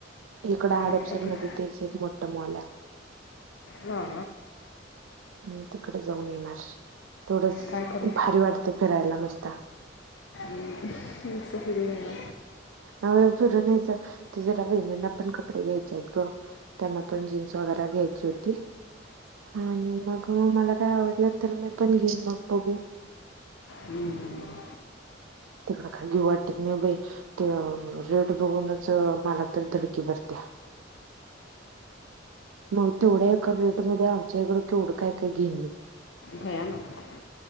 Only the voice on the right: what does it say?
इकड हडपसर
मध्ये त्याच एक मोठ मॉल आहे.
हम् तिकडे जाऊन येणार. थोडच
भारी वाटते फिरायला नुसत.
हा - फिरून यायचं जरा बहिणींना पण कपडे घ्यायचे आहेत ग. त्यांना पण जीन्स वगैरे घ्यायची होती आणि मग मला काय आवडलं तर मी पण घेईन मग बघू.
तिकड काय घेऊ वाटत नाही बाई ते रेट बघूनच मला तर धडकी बस <unintelligible> मग तेवढ्या एकर रेटमध्येध्ये आमच्या इकडं केवढं काय का घे